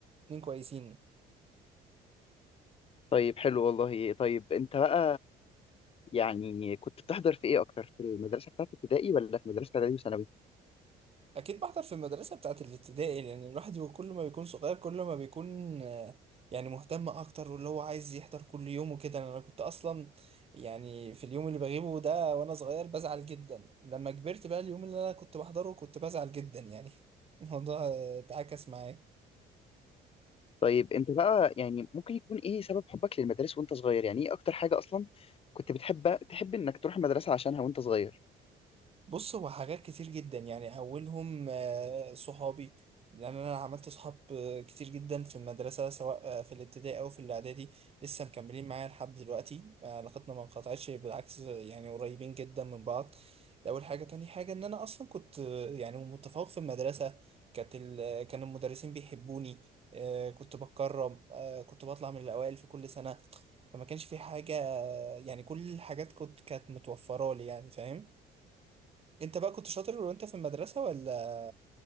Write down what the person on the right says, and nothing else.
اتنين كويسين
اكيد بحضر في المدرسه بتاعه الابتدائي لان الواحد هو كل ما بيكون صغير كل ما بيكون آه، يعني مهتم اكتر واللي هو عايز يحضر كل يوم وكده انا كنت اصلا يعني في اليوم اللي بغيبه ده وانا صغير بزعل جدا لما كبرت بقى اليوم اللي انا كنت بحضره كنت بزعل جدا يعني <laughs> الموضوع آه، اتعكس معايا
بص هو حاجات كتير جدا يعني اولهم آه، صحابي لان انا عملت صحاب آه، كتير جدا في المدرسه سواء آه، في الابتدائي او في الاعدادي لسه مكملين معايا لحد دلوقتي آه، علاقتنا ما انقطعتش بالعكس آه، يعني قريبين جدا من بعض ده اول حاجه تاني حاجه ان انا اصلا كنت آه، يعني متفوق في المدرسه كانت ال- آه، كان المدرسين بيحبوني آه، كنت بتكرم آه، كنت بطلع من الاوائل في كل سنه فما كانش في حاجه آه، يعني كل الحاجات كنت كانت متوفره لي يعني فاهم انت بقى كنت شاطر وانت في المدرسة ولا